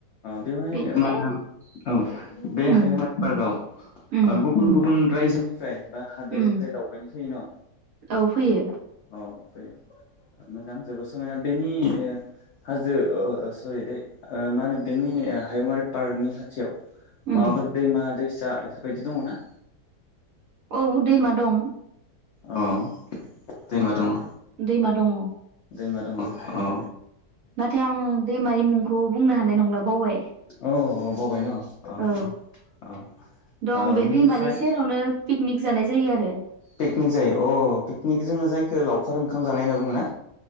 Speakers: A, on the left; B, on the right.
A: बेवहाय
B: बेनिफ्राय
A: मा होन औ बे
B: उम
A: हायुङारि पार्कआव
B: उम
A: ओ गुबुन गुबुन रायजोनि फ्राय बा हादोरनिफ्राय
B: उम
A: दावबायनो फैयो न'
B: औ फैयो
A: अ फैयो। मोजां जोबोर समायना बेनि हाजो ओ सरि दै मा होनो बेनि हायुंङारि पार्कनि खाथियाव,
B: उम
A: माबाफोर दैमा दैस फैसा इफोरबायदि दङ ना?
B: औ दैमा दं।
A: औ दैमा दङ।
B: दैमा दङ।
A: दैमा दङ अ।
B: नाथाय आं दैमानि मुं बेखौ बुंनो हानाय नंला बावबाय।
A: औ औ बावबाय ना अ
B: औ
A: अ औ
B: दं
A: ओ
B: बे
A: बेनिफ्राय
B: दैमानि सेरावनो, पिकनिक जानाय जायो आरो
A: पिकनिक जायो अ पिकनिक जोङो जायखौ लावखार ओंखाम जानाय होनना बुङो ना?